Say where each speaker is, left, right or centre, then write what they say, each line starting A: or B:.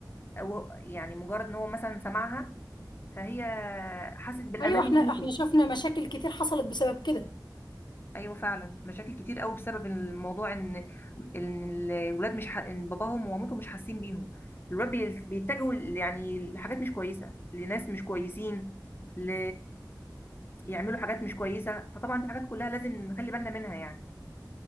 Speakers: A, on the left; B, on the left.
A: او يعني مجرد ان هو مثلا سمعها فهي حست بالامان
B: أيوة إحنا
A: ناحيته
B: إحنا شفنا مشاكل كتير حصلت بسبب كده
A: ايوه فعلا مشاكل كتير قوي بسبب الموضوع ان ان الولاد مش ح... ان باباهم ومامتهم مش حاسين بيهم الولاد بي- بيتجهوا ل- يعني لحاجات مش كويسه لناس مش كويسين ل... يعملوا حاجات مش كويسه فطبعا دي حاجات كلها لازم نخلي بالنا منها يعني